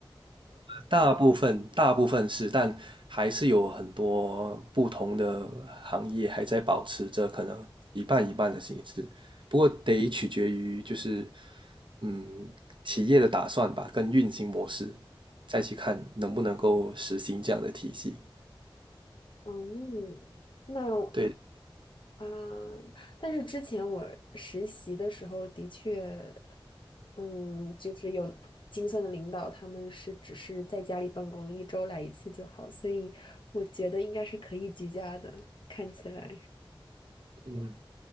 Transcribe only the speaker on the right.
大部分大部分是，但还是有很多不同的行业还在保持着可能一半一半的形式，不过得取决于就是嗯企业的打算吧，跟运行模式，再去看能不能够实行这样的体系。
对，
嗯，